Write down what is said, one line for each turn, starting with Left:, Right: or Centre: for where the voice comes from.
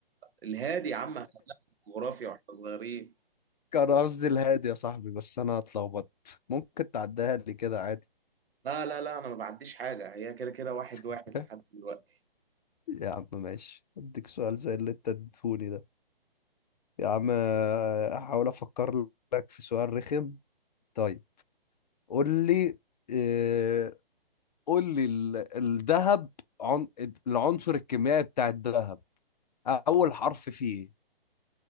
Right: الهادي يا عم إحنا جغرافيا واحنا صغيرين
Left: كان قصدي الهادي يا صاحبي بس انا اتلخبطت ممكن تعديها لي كده عادي
Right: لا لا لا انا ما بعديش حاجه هي كده كده واحد واحد
Left: <laughs>
Right: لحد دلوقتي
Left: يا عم ماشي اديك سؤال زي اللي انت اديتهولي ده يا عم آه، احاول افكر لك في سؤال رخم طيب قول لي آه، قول لي ال- الذهب عن... العنصر الكيميائي بتاع الذهب اول حرف فيه ايه